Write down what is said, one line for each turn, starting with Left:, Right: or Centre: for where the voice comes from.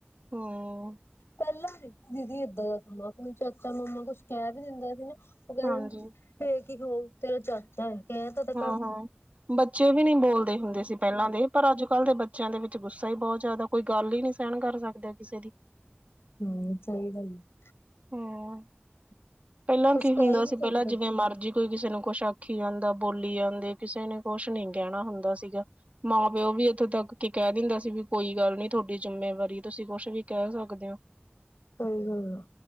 Right: ਹੂੰ।
Left: ਪਹਿਲਾਂ ਨੀ ਸੀ ਦੀਦੀ ਏਦਾ ਦਾ ਸਮਾਂ ਕੋਈ ਚਾਚਾ, ਮਾਮਾ ਕੁਛ ਕਹਿ ਵੀ ਦਿੰਦਾ ਸੀ ਨਾ। <unintelligible>
Right: ਹਾਂਜੀ
Left: ਤੇਰਾ ਚਾਚਾ ਐ ਕਹਿ ਤਾਂ ਘਰ
Right: ਹਾਂ-ਹਾਂ ਬੱਚੇ ਵੀ ਨਹੀਂ ਬੋਲਦੇ ਹੁੰਦੇ ਸੀ ਪਹਿਲਾਂ ਦੇ ਪਰ ਅੱਜ
Left: <unintelligible>
Right: ਕੱਲ੍ਹ ਦੇ ਬੱਚਿਆਂ ਦੇ ਵਿੱਚ ਗੁੱਸਾ ਹੀ ਬਹੁਤ ਜ਼ਿਆਦਾ ਕੋਈ ਗੱਲ ਹੀ ਨੀ ਸਹਿਣ ਕਰ ਸਕਦਾ ਐ ਕਿਸੇ ਦੀ।
Left: ਹੂੰ ਸਹੀ ਗੱਲ ਐ।
Right: ਹੂੰ, ਪਹਿਲਾਂ
Left: ਕੁਛ
Right: ਕੀ
Left: ਕਹਿ
Right: ਹੁੰਦਾ
Left: ਹੀ ਨਹੀਂ
Right: ਸੀ
Left: ਸਕਦੇ।
Right: ਪਹਿਲਾਂ ਜਿਵੇਂ ਮਰਜੀ ਕੋਈ ਕਿਸੇ ਨੂੰ ਕੁਛ ਆਖੀ ਜਾਂਦਾ ਬੋਲੀ ਜਾਂਦੇ ਕਿਸੇ ਨੇ ਕੁਛ ਨਈ ਕਹਿਣਾ ਹੁੰਦਾ ਸੀਗਾ। ਮਾਂ ਪਿਓ ਵੀ ਇੱਥੋਂ ਤੱਕ ਕੇ ਕਹਿ ਦਿੰਦਾ ਸੀ ਵੀ ਕੋਈ ਗੱਲ ਨਹੀਂ ਤੁਹਾਡੀ ਜਿੰਮੇਵਾਰੀ ਤੁਸੀਂ ਕੁਛ ਵੀ ਕਹਿ ਸਕਦੇ ਹੋ।
Left: ਸਹੀ ਗੱਲ ਆ